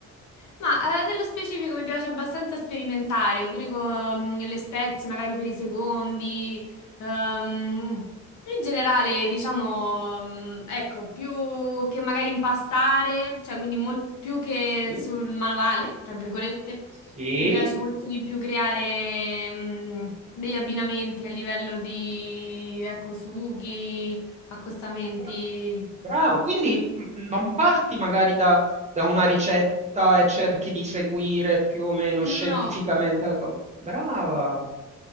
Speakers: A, on the left; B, on the right.
A: Ma eh, nello specifico mi piace abbastanza sperimentare, pure con mm, le spezie, magari per i secondi. ehm, in generale, diciamo, mm, ecco, più che magari impastare, cioè quindi mol- più che
B: Sì,
A: sul manuale, tra virgolette,
B: sì.
A: mi piace molto di più creare mm, degli abbinamenti a livello di, ecco, sughi, accostamenti.
B: Bra brava, quindi, mhmm, non parti magari da da una ricetta e cerchi di seguire più o meno
A: No.
B: scientificamente la co brava!